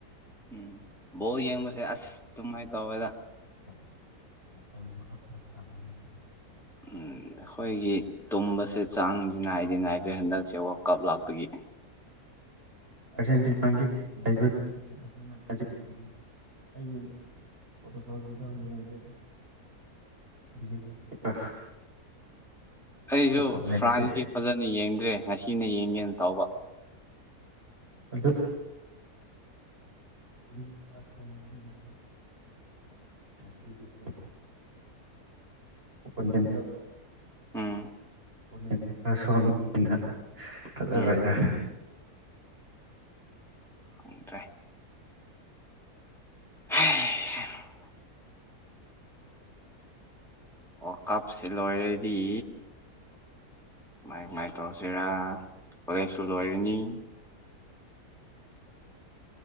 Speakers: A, in the centre; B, on the right.
A: ꯎꯝ ꯕꯣꯜ ꯌꯦꯡꯕꯁꯦ ꯑꯁ ꯑꯗꯨꯨꯃꯥꯏꯅ ꯇꯧꯋꯦꯗ
B: <unintelligible>
A: ꯑꯝ ꯑꯩꯈꯣꯏꯒꯤ ꯇꯨꯝꯕꯁꯦ ꯆꯥꯡꯗꯤ ꯅꯥꯏꯗꯤ ꯅꯥꯏꯗ꯭ꯔꯦ ꯍꯟꯗꯛꯁꯦ ꯋꯥꯜꯀꯞ ꯂꯥꯛꯄꯒꯤ
B: ꯑꯥꯔꯖꯦꯟꯇꯤꯅꯥꯒꯤ <unintelligible> ꯑꯩꯗꯤ <unintelligible> <unintelligible>
A: ꯑꯩꯁꯨ
B: ꯑꯇꯣꯞꯄ ꯃꯦꯠꯁꯇꯤ
A: ꯐ꯭ꯔꯥꯟꯁꯀꯤ ꯐꯖꯅ ꯌꯦꯡꯗ꯭ꯔꯦ ꯉꯁꯤꯅ ꯌꯦꯡꯒꯦꯅ ꯇꯧꯕ
B: ꯑꯗꯨ <unintelligible> <unintelligible>
A: ꯎꯝ
B: <unintelligible> ꯈꯔ ꯁꯣꯟꯕꯅꯤꯅ ꯐꯖꯔꯣꯏꯗ
A: ꯎꯝ ꯈꯪꯗ꯭ꯔꯦ <unintelligible> ꯋꯥꯔꯜ ꯀꯞꯁꯤ ꯂꯣꯏꯔꯗꯤ ꯃꯥꯏ ꯃꯥꯏ ꯇꯧꯁꯤꯔꯥ ꯀꯣꯂꯦꯖꯁꯨ ꯂꯣꯏꯔꯅꯤ